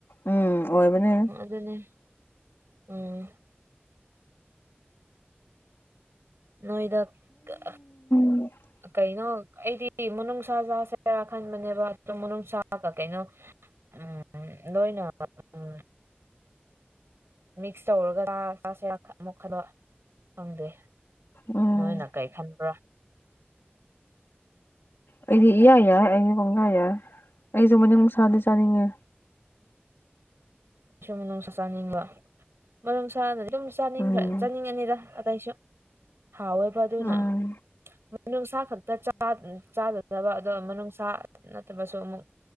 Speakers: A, on the left (about 80°); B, on the right (about 85°).
A: ꯎꯝ ꯑꯣꯏꯕꯅꯦ
B: ꯑꯗꯨꯅꯤ ꯎꯝ ꯅꯣꯏꯗ ꯀ
A: <inaudible>
B: ꯀꯩꯅꯣ ꯑꯩꯗꯤ ꯃꯅꯨꯡꯁꯥ ꯆꯥꯁꯦꯔꯥ ꯈꯟꯕꯅꯦꯕ ꯑꯗꯣ ꯃꯅꯨꯡꯁꯥꯒ ꯀꯩꯅꯣ ꯎꯝ ꯅꯣꯏꯅ ꯎꯝ ꯃꯤꯛꯁ ꯇꯧꯔꯒ ꯆꯥ ꯆꯥꯁꯦꯔ ꯈꯟ ꯑꯃꯨꯛ ꯈꯟꯕ ꯈꯪꯗꯦ
A: ꯎꯝ
B: ꯅꯣꯏꯅ ꯀꯩ ꯈꯟꯕ꯭ꯔꯥ
A: ꯑꯩꯗꯤ ꯏꯌꯥ ꯌꯥꯏ ꯑꯩꯗꯤ ꯄꯪꯌꯥ ꯌꯥꯏ ꯑꯩꯖꯨ ꯃꯅꯨꯡꯁꯥꯗꯤ ꯆꯥꯅꯤꯡꯉꯦ
B: ꯏꯁꯨꯝ ꯅꯨꯡꯁꯨ ꯆꯥꯅꯤꯡꯕ ꯃꯅꯨꯡꯁꯥꯅꯗꯤ ꯑꯗꯨꯝ ꯆꯥꯅꯤꯡꯈ꯭ꯔ
A: ꯎꯝ
B: ꯆꯥꯅꯤꯡꯉꯥꯅꯤꯗ ꯑꯇꯩꯁꯨ ꯍꯥꯎ ꯋꯦꯕ ꯑꯗꯨꯅ
A: ꯎꯝ
B: ꯃꯅꯨꯡꯁꯥ ꯈꯛꯇ ꯆꯥꯛ ꯎꯝ ꯆꯥꯒꯗꯕ ꯑꯗꯣ ꯃꯅꯨꯡꯁꯥ ꯅꯠꯇꯕꯁꯨ ꯑꯃꯨꯛ